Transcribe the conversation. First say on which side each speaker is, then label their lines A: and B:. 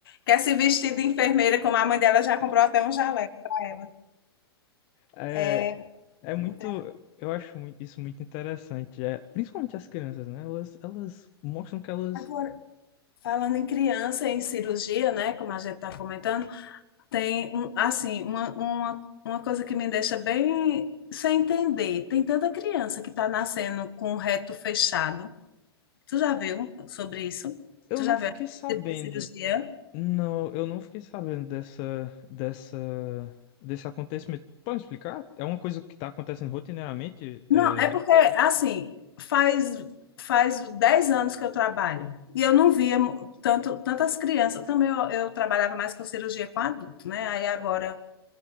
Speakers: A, on the left; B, on the left.
A: quer se vestir de enfermeira, como a mãe dela já comprou até um jaleco para ela.
B: É,
A: É,
B: é muito,
A: então,
B: eu acho mui- isso muito interessante, é, principalmente as crianças, né? Elas, elas mostram que elas,
A: agora, falando em criança, em cirurgia, né, como a gente está comentando, tem um, assim, uma, uma, uma coisa que me deixa bem sem entender. Tem tanta criança que está nascendo com o reto fechado. Tu já viu sobre isso?
B: eu
A: Tu já
B: não fiquei
A: viu esse
B: sabendo,
A: tipo de cirurgia?
B: não, eu não fiquei sabendo dessa, dessa, desse acontecimento. Pode me explicar? É uma coisa que tá acontecendo rotineiramente?
A: Não,
B: É,
A: é porque, assim, faz faz 10 anos que eu trabalho e eu não via mu- tanto tantas crianças. Também eu, eu trabalhava mais com cirurgia com adulto, né? Aí agora